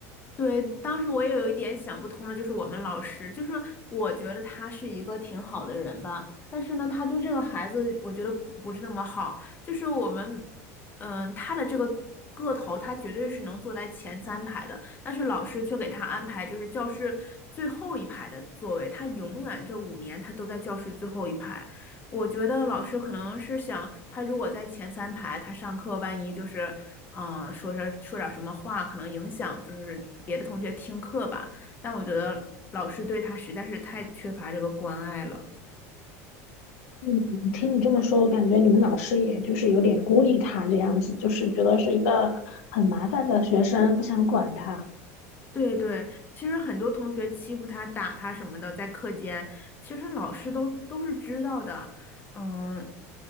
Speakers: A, on the left; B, on the left.
A: 对，当时我也有一点想不通的，就是我们老师，就是我觉得他是一个挺好的人吧，但是呢，他对这个孩子，我觉得不不是那么好。就是我们，嗯，他的这个个头，他绝对是能坐在前三排的，但是老师却给他安排就是教室最后一排的座位，他永远这五年他都在教室最后一排。我觉得老师可能是想，他如果在前三排，他上课万一就是，嗯、说是说点什么话，可能影响就是别的同学听课吧。但我觉得老师对他实在是太缺乏这个关爱了。
B: 嗯，听你这么说，我感觉你们老师也就是有点孤立他这样子，就是觉得是一个很麻烦的学生，不想管他。
A: 对对，其实很多同学欺负他、打他什么的，在课间，其实老师都都是知道的。嗯，